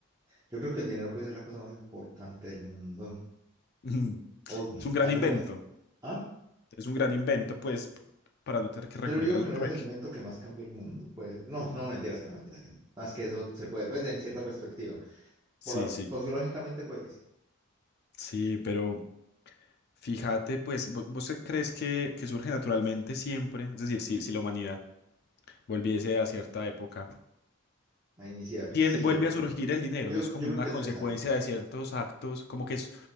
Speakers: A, on the right; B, on the left.
A: yo creo que el dinero puede ser la cosa más importante del mundo,
B: mm,
A: o
B: es un gran
A: al
B: invento.
A: menos, ah,
B: Es un gran invento, pues, p- para no tener que
A: yo
B: recurrir
A: digo
B: al
A: que no
B: trueque.
A: es el invento que más cambia el mundo, pues, no, no, mentiras que no, mentiras que no, más que eso se puede, pues, de en cierta perspectiva,
B: Sí,
A: por,
B: sí.
A: sociológicamente puede que sí.
B: Sí, pero fíjate, pues, vo- ¿vos qué crees que, que surge naturalmente siempre? Es decir, si, si la humanidad volviese a cierta época.
A: A iniciar.
B: tiende-
A: Sí,
B: vuelve
A: yo creo
B: a surgir
A: que sí.
B: el dinero,
A: Yo,
B: no es como
A: yo creo
B: una
A: que
B: consecuencia
A: es necesario.
B: de ciertos actos, como que es